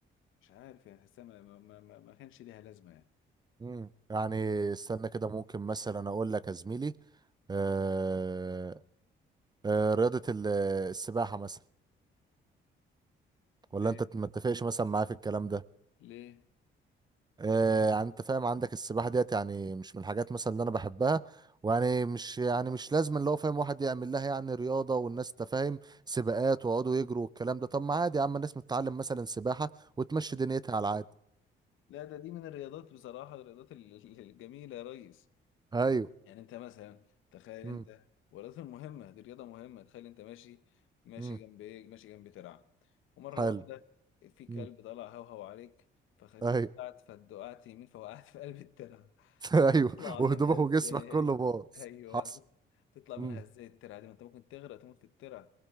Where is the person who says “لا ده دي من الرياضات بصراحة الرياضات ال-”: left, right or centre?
Left